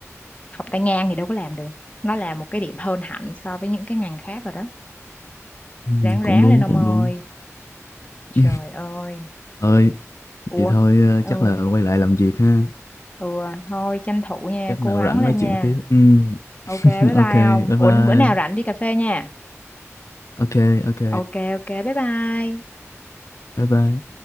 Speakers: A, on the left; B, on the left.
A: học tay ngang thì đâu có làm được. Nó là một cái điểm hơn hẳn so với những cái ngành khác rồi đó.
B: ừ,
A: Ráng ráng
B: cũng đúng
A: lên ông
B: cũng
A: ơi.
B: đúng
A: Trời
B: <laughs>
A: ơi.
B: ơi
A: Ủa.
B: vậy thôi ờ,
A: Ừ,
B: chắc là quay lại làm việc ha
A: ừ thôi tranh thủ nha,
B: chắc
A: cố
B: nào
A: gắng
B: rảnh
A: lên
B: nói chuyện
A: nha.
B: tiếp ừ,
A: Ok,
B: <laughs>
A: bye bye
B: ok
A: ông.
B: bye
A: Ủa
B: bye
A: bữa nào rảnh đi cà phê nha.
B: ok ok
A: Ok ok, bye bye.
B: bye bye